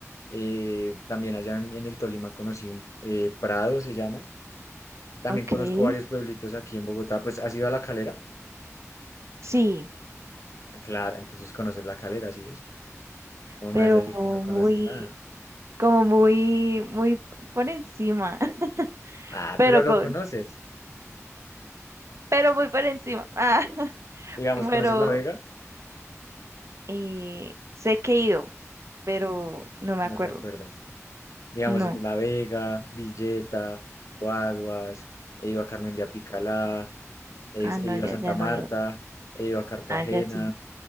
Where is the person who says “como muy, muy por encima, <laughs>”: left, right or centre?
Right